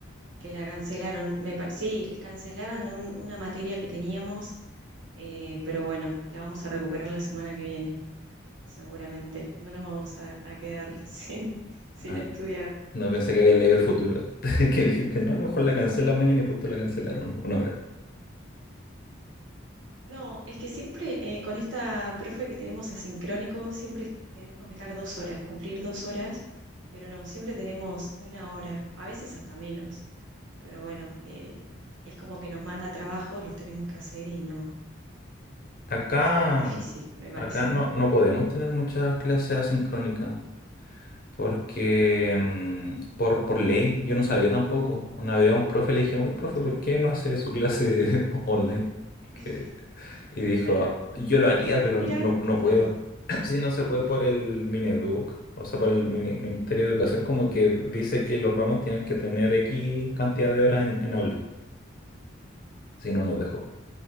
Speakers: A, on the right; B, on the left.
A: que la cancelaron. Me, pa- sí, cancelaban un- una materia que teníamos, eh, pero bueno, la vamos a recuperar la semana que viene, seguramente. No nos vamos a, a quedar <laughs> sin, sin
B: Ay,
A: estudiar.
B: no pensé que habías leído el futuro. <laughs> Que dijiste, no, a lo mejor la cancelan mañana y justo la cancelaron una hora.
A: No, es que siempre eh, con esta profe que tenemos asincrónico, siempre tenemos que estar dos horas, cumplir dos horas, pero no, siempre tenemos una hora, a veces hasta menos. Pero bueno, eh, es como que nos manda trabajo, los tenemos que hacer y no,
B: Acá,
A: no es tan difícil, me parece.
B: acá no, no podemos tener muchas clases asincrónicas porque
A: Ah,
B: mm, por, por ley, yo no sabía tampoco. Una vez a un profe le dijimos, "Oye, profe, ¿por
A: ah,
B: qué no hace su clase <laughs> online? Que-
A: <laughs>
B: y dijo,
A: claro.
B: yo lo haría,
A: Ah,
B: pero
A: mira,
B: no, no
A: qué
B: puedo.
A: raro.
B: <clears throat> Sí, no se puede por el Mineduc, o sea, por el Mini- Ministerio de Educación, como que dice que los ramos tienen que tener X cantidad de horas en, en aula. Si no, nos dejó.